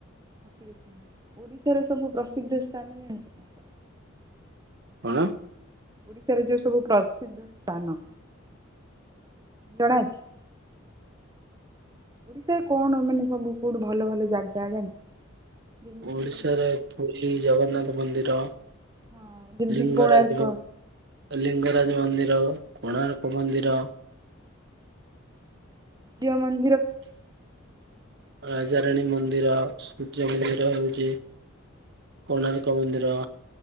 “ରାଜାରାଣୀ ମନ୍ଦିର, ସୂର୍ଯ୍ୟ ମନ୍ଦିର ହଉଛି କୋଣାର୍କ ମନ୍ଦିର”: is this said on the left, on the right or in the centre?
Right